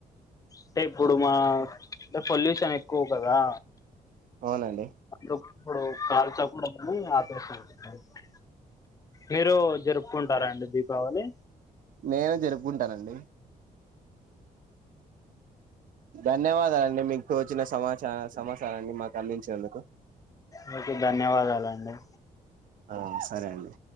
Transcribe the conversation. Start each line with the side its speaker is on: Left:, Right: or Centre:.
Left: అంటే ఇప్పుడు మా అంటె పొల్యూషన్ ఎక్కువ గదా
Right: అవునండి
Left: <unintelligible> మీరు జరుపుకుంటారండి దీపావళి
Right: మేము జరుపుకుంటానండి ధన్యవాదలండి మీకు తోచిన సమాచారం సమచారాన్ని మాకు అందించినందుకు
Left: మీకు ధన్యవాదాలండి
Right: ఆ సరే అండి